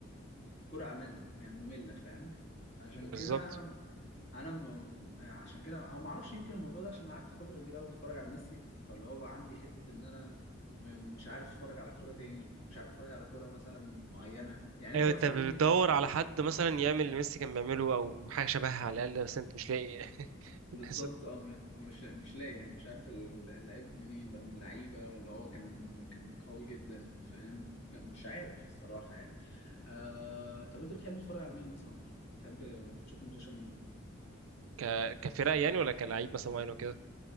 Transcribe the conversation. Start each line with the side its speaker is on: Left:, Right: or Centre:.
Left: كرة أمل يعني مملة فاهم عشان
Right: بالظبط
Left: كده أنا أنا م- يعني عشان كده أو معرفش يمكن الموضوع ده عشان قعدت فترة كبيرة أوي بتفرج على ميسي فاللي هو بقى عندي حتة إن أنا م- مش عارف أتفرج على كرة تاني مش عارف أتفرج على كرة مثلا معينة يعني
Right: ايوه
Left: أنت مثلا
Right: انت بتدور
Left: قول لي
Right: على حد مثلا يعمل اللي ميسي كان بيعمله او حاجه شبهها على الاقل بس انت مش لاقي <laughs>
Left: بالظبط
Right: للأسف.
Left: أه م- مش مش لاقي يعني مش عارف ال- اللعيب منين بقى من اللعيبة ولا هو كان كان قوي جدا فاهم كان مش عارف الصراحة يعني آه طب أنت بتحب تتفرج على مين مثلا يا عمر؟ بتحب تشوف منتشر مين؟
Right: ك كفرق يعني ولا كلاعب مثلا معين وكده